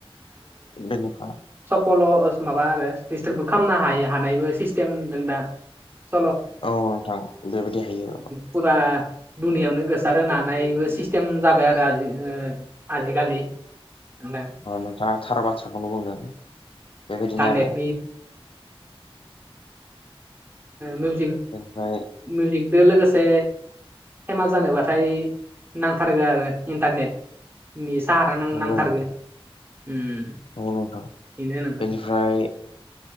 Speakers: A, on the left; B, on the right.
A: बेनिफ्राय
B: सफल' माबा आरो डिजिटेलबो खालामनो हायो हानायबो सिस्टेमदों दा। <unintelligible>
A: औ नोंथां बेबायदि हायो
B: फुरा दुनिायावनो गोसार होनोनो हानायबो सिस्टेम जाबाय आरो आ आजिखालि एदा थ
A: नोंथाङा थार बाथ्राखौनो बुंदों बेबायदिनो आरो
B: ग मिज
A: बेनिफ्राय
B: मिउजिक दो लोगोसे फेमास जानोबाथाय नांथारगो आरो इन्टारनेटनि साहा दा नों
A: नंगौ
B: नांथारगो।
A: नोंथां
B: उम।
A: नंगौ नोंथां
B: बेनो नोंथां
A: बेनिफ्राय